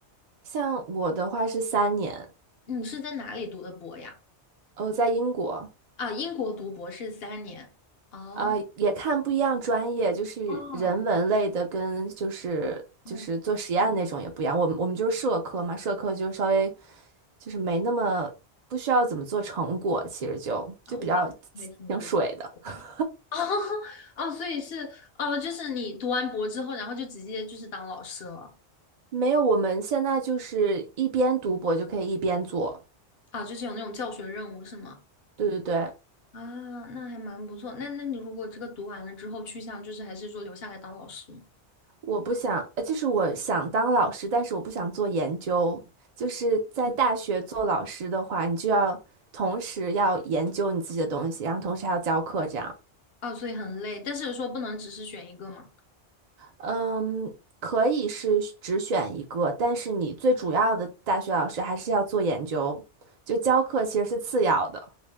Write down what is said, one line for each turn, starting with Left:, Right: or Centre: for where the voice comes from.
Right: 像我的话是三年，
Left: 你是在哪里读的博呀？
Right: 哦，在英国，
Left: 啊，英国读博士三年。哦，
Right: 呃，也看不一样专业，就是人文类的跟就是就是做实验那种也不一样。
Left: 哦，哦，
Right: 我们我们就是社科嘛，社科就稍微就是没那么不需要怎么做成果，其实就就比较
Left: 啊哇，还挺多。
Right: 挺水的。<laughs>
Left: <laughs> 哦，哦，所以是哦，就是你读完博之后，然后就直接就是当老师了
Right: 没有，我们现在就是一边读博就可以一边做。
Left: 啊，就是有那种教学任务是吗？
Right: 对对对，
Left: 啊，那还蛮不错。那那你如果这个读完了之后去向就是还是说留下来当老师吗？
Right: 我不想，呃就是我想当老师，但是我不想做研究。就是在大学做老师的话，
Left: 嗯，
Right: 你就要同时要研究你自己的东西，然后同时还要教课，这样。
Left: 啊，所以很累，但是说不能只是选一个嘛。
Right: 嗯，可以是只选一个，但是你最主要的大学老师还是要做研究，就教课其实是次要的。